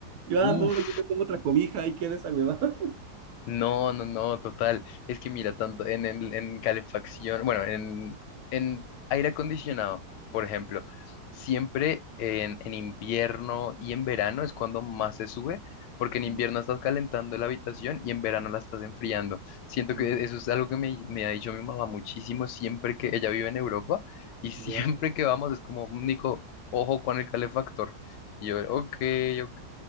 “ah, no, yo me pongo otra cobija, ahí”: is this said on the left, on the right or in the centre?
Right